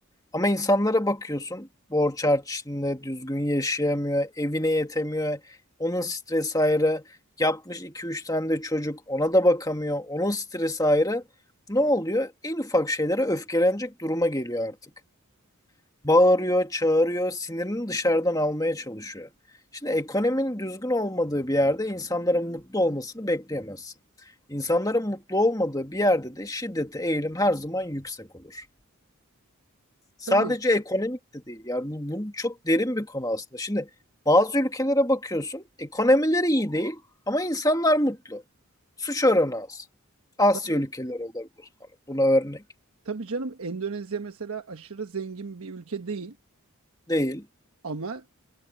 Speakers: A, on the left; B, on the right.
A: Ama insanlara bakıyorsun borç harç içinde düzgün yaşayamıyor, evine yetemiyor. Onun stresi ayrı. Yapmış iki üç tane de çocuk ona da bakamıyor. Onun stresi ayrı. Ne oluyor? En ufak şeylere öfkelenecek duruma geliyor artık bağırıyor, çağırıyor, sinirini dışarıdan almaya çalışıyor. Şimdi ekonominin düzgün olmadığı bir yerde insanların mutlu olmasını bekleyemezsin. İnsanların mutlu olmadığı bir yerde de şiddete eğilim her zaman yüksek olur. Sadece
B: Tabii,
A: ekonomik de değil. Yani bu, bu çok derin bir konu aslında. Şimdi bazı ülkelere bakıyorsun, ekonomileri iyi değil ama insanlar mutlu. Suç oranı az. Asya
B: tabii.
A: ülkeleri olabilir. Hani buna örnek
B: Tabii canım Endonezya mesela aşırı zengin bir ülke değil
A: değil.
B: ama